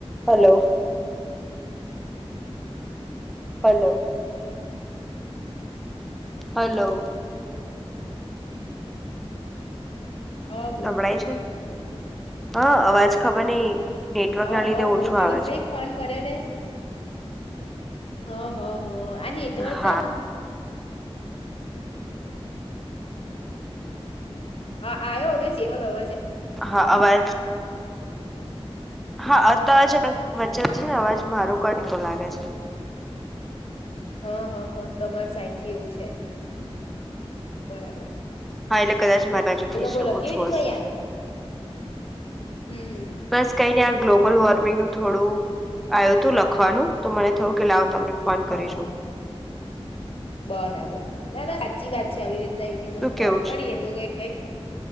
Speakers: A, in the centre; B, on the left.
A: Hello hello hello
B: હા બોલો
A: સંભળાય છે હા અવાજ ખબર નઈ નેટવર્ક
B: હા
A: ના
B: હા
A: લીધે
B: બહુ
A: ઓછો
B: દિવસે
A: આવે છે
B: એ ફોન કર્યો ને હા હ હ અને તો
A: હા
B: તો હ આયો હવે સિવલ આવાજ
A: હા અવાજ હા અતા છે પણ વચ્ચે વચ્ચે ને અવાજ મારો કટ તો લાગે છે
B: હા હા હા તમાર સાઈડ થી એવું છે બરાબર
A: હા એટલે કદાચ મારી બાજુથી
B: બોલો
A: છે
B: બોલો
A: ઓછું
B: કેવી રીતના
A: હશે
B: યાદ હમ
A: બસ કઈ ન આ ગ્લોબલ વોર્મિંગ નું થોડું આવ્યું હતું લખવાનું તો મને થયું કે લાવ તમને ફન કરે
B: હા હા
A: છો.
B: હા બરાબર, ના ના સાચી વાત છે આવી
A: એટલે
B: રીતના એકબીજાને
A: શું
B: ફોન
A: કેવું છે
B: કરીએ તો કઈ કઈ